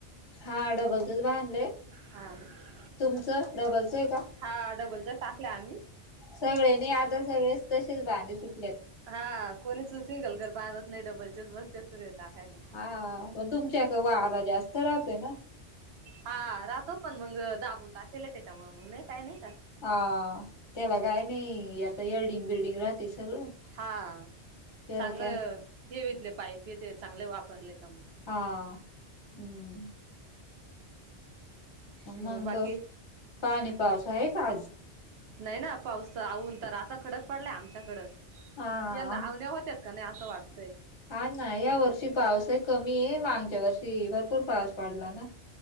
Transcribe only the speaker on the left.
हा डबलचच बांधलंय
तुमचं डबलचं आहे का
सगळेने आता सगळेच तसेच बांध सुट
हा पण तुमच्या इकडं वारा जास्त राहतोय ना.
हा त्याला काय नाही याता एर्डिंग बिल्डिंग राहते सगळं.
त्याला
काय
हा हम्म
मंग
पाणी पावस आहे का आज
हा
आम
हा ना या वर्षी पाऊस आहे कमी आहे मागच्या वर्षी भरपूर पाऊस पडला ना.